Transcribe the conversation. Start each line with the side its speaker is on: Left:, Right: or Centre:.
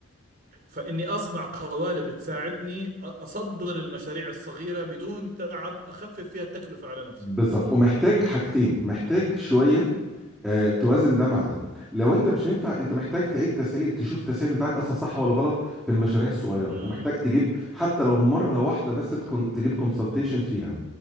Right: فإني أصنع قوالب تساعدني أصدر المشاريع الصغيرة بدون تعب أخفف فيها التكلفة على نفسي
Centre: بالظبط ومحتاج حاجتين محتاج شويه آه، توازن ده مع ده لو انت مش هينفع انت محتاج تعيد تسعير تشوف التسعير بتاعك اصلا صح ولا غلط في المشاريع الصغيره
Right: مم.
Centre: ومحتاج تجيب حتى لو مره واحده بس تكون تجيب كونسلتيشن فيها